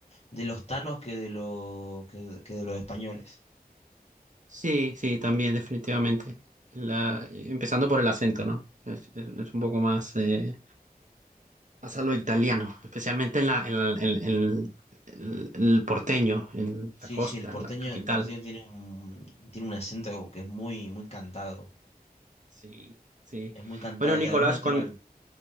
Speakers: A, on the left (about 40°); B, on the right (about 50°).
A: de los tanos que de los que, que de los españoles.
B: Sí, sí, también, definitivamente. La- empezando por el acento, ¿no? Es, es- es un poco más, eh, más a lo italiano, especialmente en la, en la- en- en- el, el porteño, en
A: Sí,
B: la costa,
A: sí, el porteño,
B: la capital.
A: el porteño tiene un tiene un acento que es muy muy cantado,
B: Sí, sí.
A: es muy cantado
B: Bueno, Nicolás,
A: y a la vez natural.
B: cuando